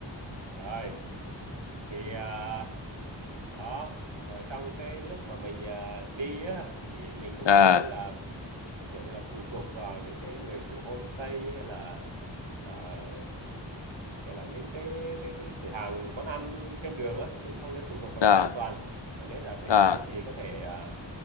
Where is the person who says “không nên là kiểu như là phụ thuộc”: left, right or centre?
Right